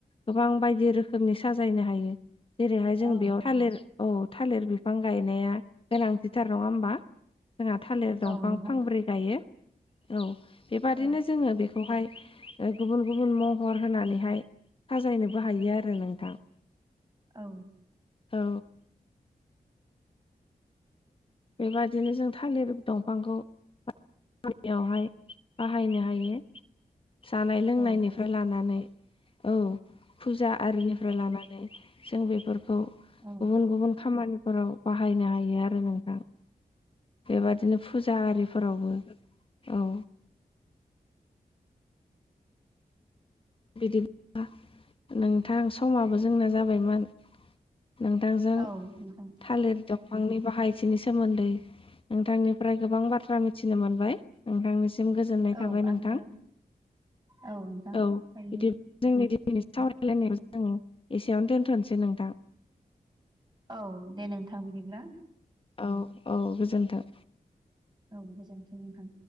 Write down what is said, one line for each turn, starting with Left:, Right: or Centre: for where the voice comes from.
Left: गोबां बायदि रोखोमनि साजायनो हायो जेरैहाय
Right: औ
Left: जों बेयाव थालिर औ थालिर बिफां गायनाया गोनांथिथार नङा होमबा? जोंहा थालिर दंफां
Right: औ नंगौ
Left: फांब्रै गायो औ बेबादिनो
Right: औ
Left: जोंङो बेखौ हाय गुबुन गुबुन महर होनानैहाय साजायनोबो हायो आरो नोंथां।
Right: औ।
Left: औ। बेबादिनो जों थालिर दंफांखौ बेवहाय बाहायनो हायो। जानाय लोंनायनिफ्राय
Right: औ
Left: लानानै औ फुजा आरिनि फ्राय लानानै जों बेफोरखौ
Right: औ
Left: गुबुन गुबुन खामानिफोराव बाहायनो हायो आरो नोंथां। बेबादिनो फुजा आरिफोरावबो औ। बिदिब्ला नोंथां समाबो जोंना जाबायमोन। नोंथांजों
Right: औ नोंथां
Left: थालिर दंफांनि बाहायथिनि सोमोन्दै नोंथांनिफ्राय गोबां बाथ्रा मिथिनो मोनबाय। नोंथांनिसि जों गोजोननाय
Right: औ
Left: थाबाय
Right: आंबो
Left: नोंथां
Right: औ
Left: औ,
Right: <unintelligible>
Left: बिदि जोंनि दिनैनि सावरायलायनायखौ जों एसेयावनो दोन्थ'सै नोंथां।
Right: औ दे नोंथां बिदिब्ला।
Left: औ औ गोजोन्थों।
Right: औ गोजोन्थों नोंथां।